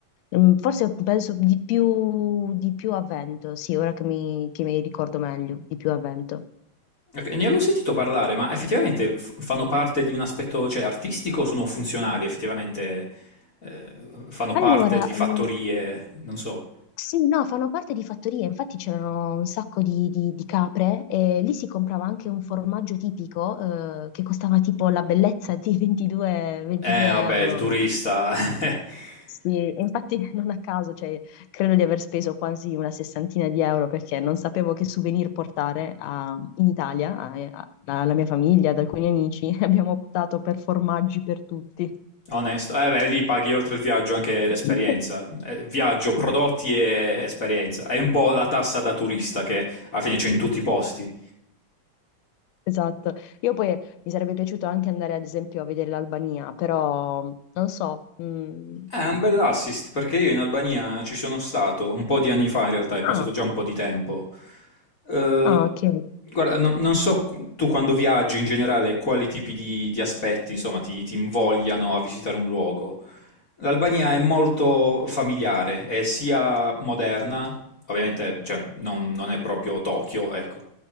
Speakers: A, on the left; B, on the left.
A: Mm, Forse penso di più, di più a vento, sì, ora che mi, che mi ricordo meglio, di più a vento.
B: Ok, Ne avevo sentito parlare, ma effettivamente f- fanno parte di un aspetto, cioè, artistico o sono funzionali? Effettivamente eh, fanno
A: Allora,
B: parte di
A: eh,
B: fattorie, non so.
A: sì, no, fanno parte di fattorie, infatti c'erano un sacco di, di- di capre e lì si comprava anche un formaggio tipico eh, che costava tipo la bellezza di <laughs> 22, 22
B: Eh, vabbè,
A: euro.
B: il turista, <laughs>
A: Sì, e infatti <laughs> non a caso, cioè, credo di aver speso quasi una sessantina di euro perché non sapevo che souvenir portare a- in Italia a- a- alla mia famiglia, ad alcuni amici. <laughs> Abbiamo optato per formaggi per tutti.
B: onesto. Eh, beh, lì paghi oltre il viaggio anche l'esperienza.
A: <laughs>
B: Eh, viaggio, prodotti e esperienza. È un po' la tassa da turista che alla fine c'è in tutti i posti.
A: Esatto. Io poi mi sarebbe piaciuto anche andare, ad esempio, a vedere l'Albania, però non so. mm.
B: Eh, È un bell'assist perché io in Albania ci sono stato un po' di anni fa, in realtà è passato
A: Ah,
B: già un po' di tempo. Eh,
A: ah, ok.
B: guarda, non, non so qu- tu quando viaggi in generale quali tipi di, di aspetti, insomma, ti, ti invogliano a visitare un luogo. L'Albania è molto familiare, è sia moderna, ovviamente, cioè, non, non è proprio Tokyo, ecco,